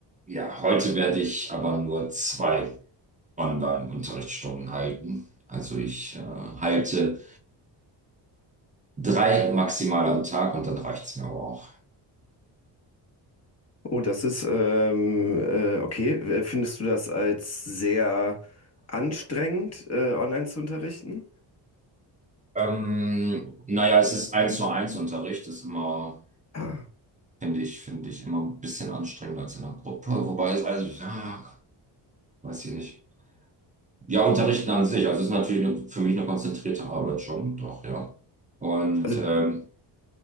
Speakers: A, on the right; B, on the left.
A: Ja, heute werde ich aber nur zwei Online-Unterrichtsstunden halten. Also ich äh, halte drei maximal am Tag und dann reicht's mir aber auch.
B: Oh, das ist, ähm, äh, okay. Äh, Findest du das als sehr anstrengend, äh, online zu unterrichten?
A: Ähm, naja, es ist eins zu eins Unterricht, ist immer,
B: Ah.
A: finde ich, finde ich immer ein bisschen anstrengender als in einer Gruppe. Wobei es also, ja, weiß ich nicht. Ja, Unterrichten an sich, also es ist natürlich eine, für mich eine konzentrierte Arbeit schon, doch, ja. Und
B: Also,
A: ähm,